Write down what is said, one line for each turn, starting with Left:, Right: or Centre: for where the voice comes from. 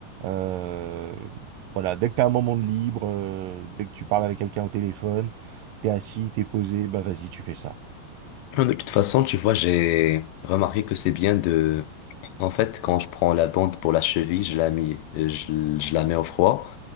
Right: Euh, voilà, dès que t'as un moment de libre, euh, dès que tu parles avec quelqu'un au téléphone, t'es assis, t'es posé, bah vas-y, tu fais ça.
Left: Non, de toute façon, tu vois, j'ai remarqué que c'est bien de... En fait, quand je prends la bande pour la cheville, je la mets, je, je la mets au froid.